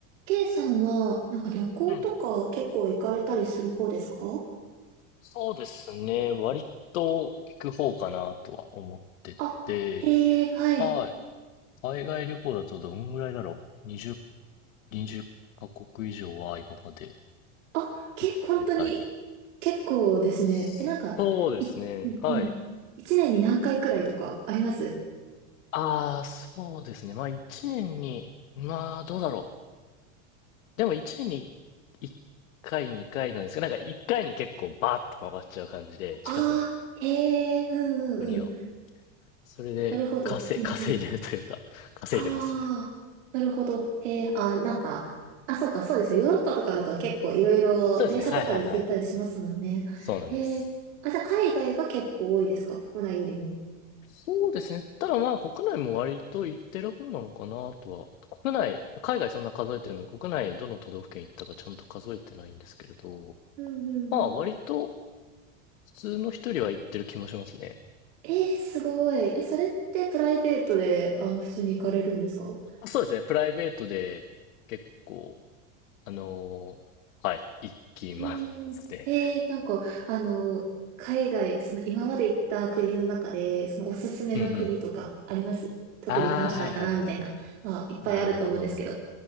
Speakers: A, on the right; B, on the left.
A: K さんは、なんか旅行とか結構行かれたりする方ですか
B: うん。そうですね。割と行く方かなとは思ってて。
A: あ、へえ、はい。
B: はい。海外旅行だとどんぐらいだろう。20、20カ国以上は今まで
A: あ、け、
B: 行ってたり。
A: 本当に、結構ですね。
B: そうですね。
A: え、なんか、い、うんうん。
B: はい。
A: 一年に何回くらいとかあります
B: ああ、そうですね。まあ1年に、まあどうだろう。でも1年に1回、2回なんですけど、なんか1回に結構バーって回っちゃう感じで、近くの
A: ああー、へえ、うんうんうん。
B: 国を。それで稼い、
A: なるほど。うんうん。
B: 稼いでるというか、稼いでますね。
A: ああ、なるほど。へえ、あー、なんか、あ、そうか、そうですよ。ヨーロッパとかだと結構いろいろ電車とかで行けたりしますもんね。
B: そうですね。はいはいはい。そうなんです。
A: へえ、あ、じゃあ海外が結構多いですか国内よりも。
B: そうですね。ただまあ国内も割と行ってる方なのかなとは。国内、海外そんな数えてるのに、国内どの都道府県行ったかちゃんと数えてないんですけれど、
A: うんうんうん。
B: まあ割と普通の人よりは行ってる気もしますね。
A: えー、すごい。え、それってプライベートで、あの、普通に行かれるんですかう
B: あそうですね。プライベートで結構、あのーはい、行きますね。
A: ーん。えー、なんか、あの、海外、その今まで行った国の中で、そのおすすめの国とかあります特に楽しかったな、
B: うんうん。ああ、はいはいはい。
A: みたいな。まあ、いっぱいあると思うんですけど。
B: なるほど。